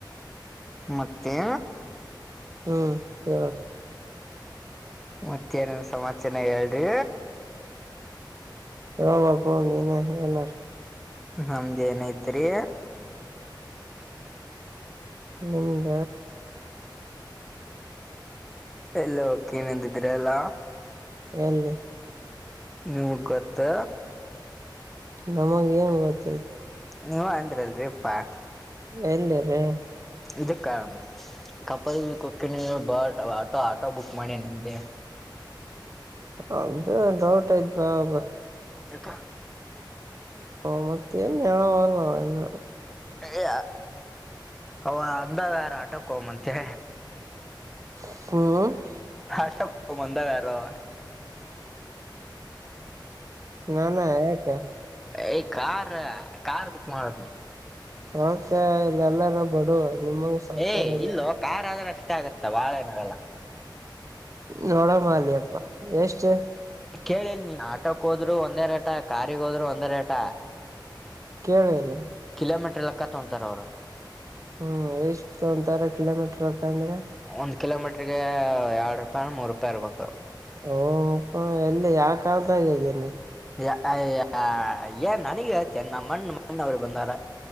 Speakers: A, in the centre; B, on the right.
A: ಮತ್ತೆ.
B: ಹ್ಮ್ ಹೇಳ.
A: ಮತ್ತ ಏನನ್ ಸಮಾಚಾರ ಹೇಳ್ರಿ.
B: ಹೂ ಹೂ ನೀನೇ ಏನಾರ.
A: ನಮ್ದ್ ಏನೈತ್ರಿ.
B: ನಿಮ್ದ
A: ಎಲ್ಲೊ ಕೇನಂದಿದ್ರಲ್ಲ.
B: ಎಲ್ಲಿ.
A: ನಿಮಗ್ ಗೊತ್.
B: ನಮಗ್ ಏನು ಗೊತ್ತೈತೆ.
A: ನೀವ ಅಂದ್ರಲ್ರಿಪ್ಪಾ.
B: ಎಲ್ಲಿ ರೀ.
A: ಇದಕ್ಕ ಕಪ್ಪಲ್ ಕೊಕ್ಕಿನ ಬ ಆಟೋ ಆಟೋ ಬುಕ್ ಮಾಡಿ ನಂಗೆ.
B: ಅದು ಡೌಟ್ ಆಯ್ತು ಹೌದು.
A: ಯಾಕ.
B: ಆ ಮತ್ ಏನ್ ಹೇಳೋದು ಏನ.
A: ಅಯ್ಯ ಅವ ಅಂದ ವ್ಯಾರ ಆಟಕ್ಕೆೋಮಂತೆ.
B: ಮ್ಮ್.
A: <unintelligible> ಬಂದ <unintelligible>
B: ನಾನಾ ಯಾಕೆ.
A: ಏಯ್ ಕಾರ್ ಕಾರ್ ಬುಕ್ ಮಾಡ್.
B: ಓಕೆ ಇಲ್ ಎಲ್ಲಾರ ಬಡವರು ನಿಮ್ಮಂಗ ಸಾಕಾರ
A: ಏ
B: ಇಲ್ಲ
A: ಇಲ್ಲೋ ಕಾರ್ ಆದ್ರೂ ಅಷ್ಟೇ ಆಗತ್ತಾ ಬಾಳ ಏನಾಗಲ್ಲ.
B: ನೋಡೋಮಾ ಅಲಿಯಪ್ಪಾ ಎಷ್ಟು.
A: ಕೇಳಿಲ್ ನೀನ್ ಆಟೋಕ್ ಹೋದ್ರು ಒಂದೇ ರೇಟಾ ಕಾರಿಗ್ ಹೋದ್ರು ಒಂದೇ ರೇಟಾ.
B: ಕೇಳಲೆ.
A: ಕಿಲೋಮೀಟರ್ ಲೆಕ್ಕ ತಗೊಂತಾರ್ ಅವರು.
B: ಹ್ಮ್ ಎಷ್ಟು ತಗೊಂತಾರೆ ಕಿಲೋಮೀಟರ್ ಲೆಕ್ಕ ಅಂದ್ರೆ.
A: ಒಂದ್ ಕಿಲೋಮೀಟರ್ ಗೆ ಎರಡ್ ರೂಪಾಯಿನೋ ಮೂರು ರೂಪಾಯಿ ಇರ್ಬೇಕು.
B: ಓಪ್ಪ ಎಲ್ಲಿ ಯಾವ್ ಕಾಲ್ದಾಗ್ ಇದ್ದಿ ನೀ.
A: ಏ ಅಯ್ಯ ಆ ಏನ್ ನನಗ್ ಹೇಳ್ತಿ ಏನ್ ನಮ್ ಅಣ್ಣ ನಮ್ ಅಣ್ಣವ್ರ ಬಂದಾರ.